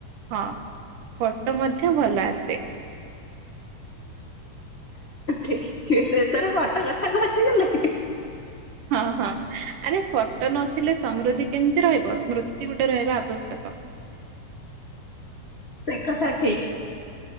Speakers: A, on the right; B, on the left.
A: ହଁ ଫଟୋ ମଧ୍ୟ ଭଲ ଆସେ।
B: ଠିକ ଶେଷରେ ଫଟୋ କଥାକୁ ଆସିଗଲେ
A: ହଁ ହଁ ଆରେ ଫଟୋ ନଥିଲେ ସମୃଦ୍ଧି କେମିତି ରହିବ ସ୍ମୃତି ଗୋଟେ ରହିବା ଆବଶ୍ୟକ।
B: ସେ କଥା ଠିକ୍।